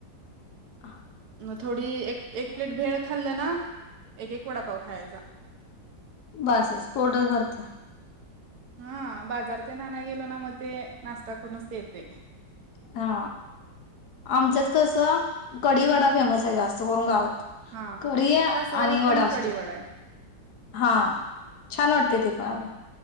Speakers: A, on the left; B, on the right.
A: ह
B: मग थोडी एक एक प्लेट भेळ खाल्लं ना एक एक वडापाव खायचा
A: बसस पोर्टस भरते
B: हा बाजार ते ना नाही गेलो ना मग ते नाश्ता करूनच ते येते
A: हा आमच्यात कसं कढवाडा फेमस आहे जास्त करून गावात
B: हा
A: कढी आहे
B: तासगावात
A: आणि वडा
B: पण
A: असते
B: कडी आहे
A: हा छान वाटते ते पण अगं
B: अ